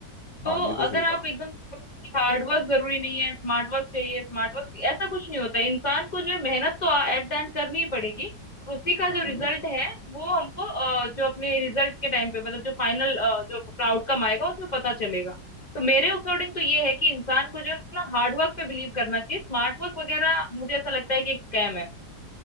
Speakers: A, on the left; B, on the left.
A: तो
B: हाँ ये तो सही
A: अगर
B: कहा
A: आप एकदम से बोलो कि हार्ड वर्क जरूरी नहीं है स्मार्ट वर्क चाहिए स्मार्ट वर्क ऐसा कुछ नहीं होता है। इंसान को जो है मेहनत तो एट द एंड करनी ही पड़ेगी और उसी का
B: हम्म
A: जो रिजल्ट है वो हमको अ, जो अपने रिजल्ट के टाइम पे मतलब जो फाइनल जो अपना आउटकम आएगा उसमें पता चलेगा तो मेरे अकॉर्डिंग तो ये है कि इंसान को जो है ना हार्ड वर्क पे बिलीव करना चाहिए स्मार्ट वर्क वगैरह मुझे ऐसा लगता है कि एक स्कैम है